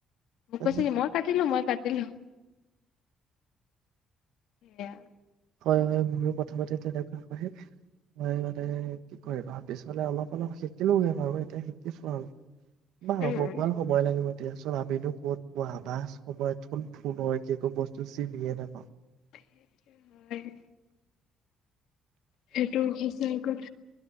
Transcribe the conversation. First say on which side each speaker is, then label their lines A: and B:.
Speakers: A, on the left (about 75°); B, on the right (about 85°).
A: মোক
B: অ
A: কৈছে কি মই কাটিলো মই, কাটি ল। এয়া
B: হয়- হয় মোৰো প্ৰথমতে তেনেকুৱা হয় মই মানে কি কৰিবা পিছলে অলপ অলপ শিকিলোগে বাৰু এতিয়া শিকিছো আৰু। বাহ
A: উম।
B: হব কোৱা সময় লাগিব, তেতিয়া চোৱা আমিনো ক'ত পোৱা আমাৰ সময়ত ফোন- ফোনৰ একো -একো বস্তু চিনিয়ে নাপাওঁ।
A: <inaudible> সেই নালাগে। সেইটো হিচে কত?